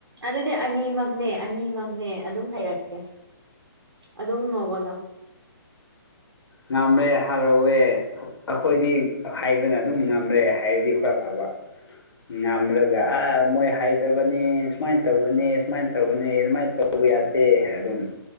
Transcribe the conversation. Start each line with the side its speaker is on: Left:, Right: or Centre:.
Right: ꯑꯗꯨꯗꯤ ꯑꯅꯤꯃꯛꯅꯦ ꯑꯅꯤꯃꯛꯅꯦ ꯑꯗꯨꯝ ꯍꯥꯏꯔꯛꯀꯦ ꯑꯗꯨꯝ ꯅꯣꯡꯒꯗ
Left: ꯉꯝꯂꯦ ꯍꯔꯥꯎꯋꯦ ꯑꯩꯈꯣꯏꯗꯤ ꯍꯥꯏꯕꯅ ꯑꯗꯨꯝ ꯉꯝꯔꯦ ꯍꯥꯏꯔꯗꯤ ꯈꯔꯥ ꯐꯕ ꯉꯝꯂꯒ ꯑ ꯃꯣꯏ ꯍꯩꯗꯕꯅꯤ ꯁꯨꯃꯥꯏꯅ ꯇꯧꯕꯅꯤ ꯁꯨꯃꯥꯏꯅ ꯇꯧꯕꯅꯤ ꯑꯗꯨꯃꯥꯏꯅ ꯇꯧ ꯇꯧꯕ ꯌꯥꯗꯦ ꯍꯥꯏꯅ ꯑꯗꯨꯝ